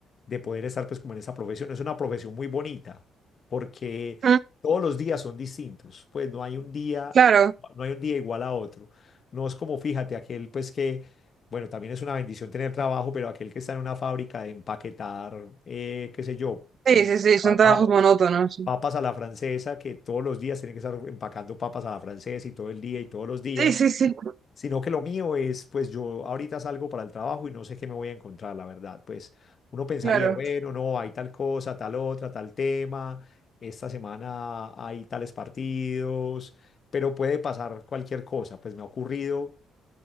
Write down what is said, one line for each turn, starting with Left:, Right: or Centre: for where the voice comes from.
Left: de poder estar pues como en esta profesión. Es una profesión muy bonita porque
Right: mm,
Left: todos los días son distintos, pues no hay un día,
Right: claro,
Left: no hay un día igual a otro. No es como, fíjate, aquel pues que, bueno, también es una bendición tener trabajo, pero aquel que está en una fábrica de empaquetar, eh, qué sé yo.
Right: sí,
Left: eh,
Right: sí, sí,
Left: pa-
Right: son trabajos
Left: pa-
Right: monótonos.
Left: papas a la francesa, que todos los días tienen que estar empacando papas a la francesa y todo el día y todos los días,
Right: Sí, sí, sí,
Left: sino que lo mío es, pues yo ahorita salgo para el trabajo y no sé qué me voy a encontrar, la verdad. Pues uno pensaría,
Right: claro.
Left: bueno, no, hay tal cosa, tal otra, tal tema, esta semana hay tales partidos, pero puede pasar cualquier cosa, pues me ha ocurrido.